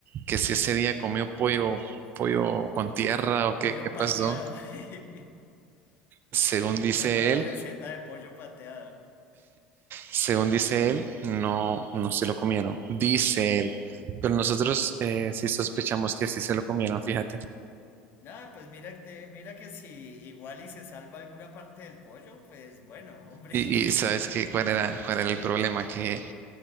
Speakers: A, on the right (about 50°); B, on the left (about 50°).
A: que si ese día comió pollo, pollo con tierra o
B: Pollo
A: qué, qué
B: pateado.
A: pasó.
B: <laughs>
A: Según dice
B: Una nueva
A: él,
B: receta de pollo pateado.
A: según dice él, no, no se lo comieron, dice él. Pero nosotros eh, sí sospechamos que sí se lo comieron, fíjate.
B: Nada, pues mira que, mira que si igual y se salva alguna parte del pollo, pues bueno, hombre.
A: Y, y sabes que cuál era, cuál era el problema, que,